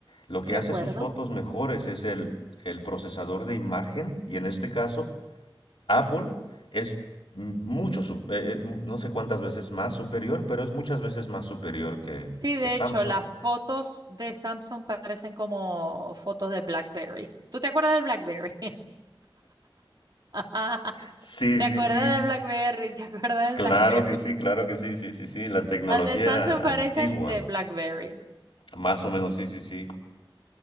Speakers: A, on the left; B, on the right.
A: Lo que
B: de
A: hace
B: acuerdo.
A: sus fotos mejores es el, el procesador de imagen y en este caso Apple es m- mucho, su- eh, eh, no sé cuántas veces más superior, pero es muchas veces más superior que,
B: Sí, de
A: que Samsung.
B: hecho, las fotos de Samsung parecen como fotos de BlackBerry. ¿Tú te acuerdas del BlackBerry? <laughs>
A: Sí,
B: ¿Te
A: sí,
B: acuerdas
A: sí.
B: del BlackBerry? ¿Te acuerdas del
A: Claro
B: BlackBerry?
A: que sí, claro que sí, sí, sí, sí. La tecnología
B: Las de Samsung parecen
A: antigua.
B: de BlackBerry,
A: Más o menos, sí, sí, sí.